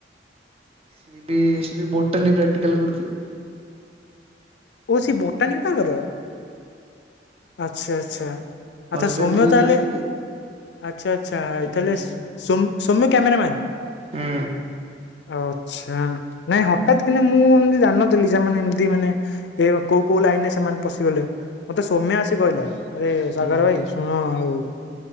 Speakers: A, on the right; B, on the left.
A: ସିଏ ବି ସିଏ ବି ବୋଟାନି ପ୍ରାକ୍ଟିକାଲ‌ କରୁଥିଲେ।
B: ଓ ଅଛି ବୋଟାନି ତାଙ୍କର ଆଛା ଆଛା। ଆଚ୍ଛା
A: ହଜବେଣ୍ଡ
B: ସୋମ୍ୟ
A: ଜୁଲୋଜି
B: ତାହଲେ ଆଚ୍ଛା ଆଚ୍ଛା
A: ହୁଁ
B: ତାହେଲେ
A: ହୁଁ।
B: ସ ସୋମ ସୌମ୍ୟ କ୍ୟାମେରାମ୍ୟାନ।
A: ହୁଁ
B: ଅଛା ନାଇଁ ହଠାତ୍ କିନା ମୁଁ ଏମତି ଜାଣିନଥିଲି ସେମାନେ ଏମତି ମାନେ ଏ କୋଉ କୋଉ ଲାଇନ ରେ ସେମାନେ ପଶିଗଲେ। ମତେ ସୌମ୍ୟା ଆସି କହିଲା। ଆରେ ସାଗର
A: ହୁଁ
B: ଭାଇ ଶୁଣ ଆଉ।